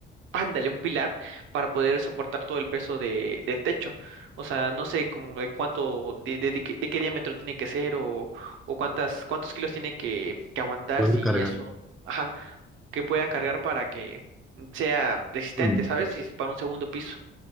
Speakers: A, on the right; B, in the centre.
A: Ándale, un pilar para poder soportar todo el peso de, del techo. O sea, no sé como de cuánto, de, de, de qué, de qué diámetro tiene que ser o, o cuántas, cuántos kilos tiene que, que aguantar
B: Puede
A: si
B: cargar.
A: es un, ajá, que pueda cargar para que sea resistente,
B: Mm.
A: ¿sabes? Si es para un segundo piso.